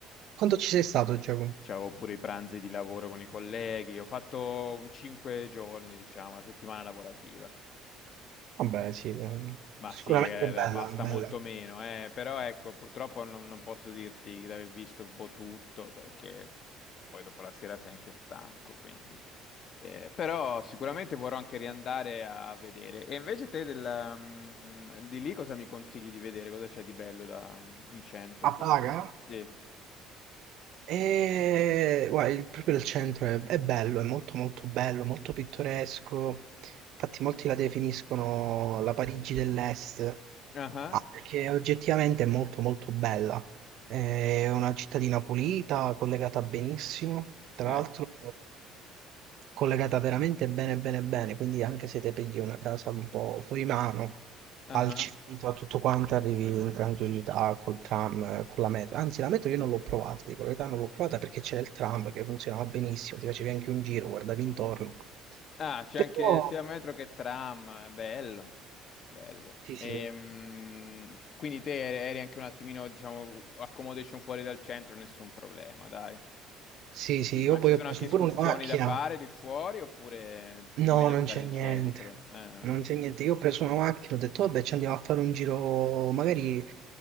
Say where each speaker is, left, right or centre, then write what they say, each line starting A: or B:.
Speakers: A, on the right (about 65°); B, on the left (about 55°).
A: Quanto ci sei stato, Giacomo?
B: c'avevo pure i pranzi di lavoro con i colleghi, ho fatto 5 giorni, diciamo, una settimana lavorativa.
A: Vabbè, sì, eh,
B: Ma
A: sicuramente
B: sì, eh,
A: è bella,
B: la- basta
A: è bella.
B: molto meno, eh. Però ecco, purtroppo non, non posso dirti di aver visto un po' tutto perché poi dopo la sera sei anche stanco, quindi. Eh, però sicuramente vorrò anche riandare a, a vedere. E invece te del, mm, di lì cosa mi consigli di vedere? Cosa c'è di bello da, mm, in centro,
A: A
B: tipo?
A: Praga?
B: Sì.
A: E, guarda, il- proprio il centro è, è bello, è molto molto bello, molto pittoresco. Infatti molti la definiscono la Parigi dell'Est,
B: Ah,
A: Ah, perché oggettivamente è molto molto bella. È una cittadina pulita, collegata benissimo, tra
B: ecco.
A: l'altro collegata veramente bene bene bene, quindi anche se te pigli una casa un po' fuori mano,
B: Ah.
A: al centro, a tutto quanto, arrivi in tranquillità col tram, eh, con la metro. Anzi, la metro io non l'ho provata, dico la verità non l'ho provata perché c'era il tram che funzionava benissimo, ti facevi anche un giro, guardavi intorno.
B: Ah, c'è
A: Però,
B: anche sia metro che tram, eh, bello, bello.
A: sì,
B: Ehm,
A: sì,
B: quindi te eri anche un attimino, diciamo, accommodation fuori dal centro, nessun problema, dai.
A: sì, sì,
B: Sì.
A: io
B: Ma
A: poi
B: ci sono
A: ho preso
B: anche escursioni
A: pure una macchina,
B: da fare lì fuori oppure è
A: No,
B: meglio
A: non
B: stare
A: c'è
B: in
A: niente.
B: centro? Ah,
A: Non c'è niente. Io ho preso una macchina, ho detto, vabbè, ci andiamo a fare un giro, magari,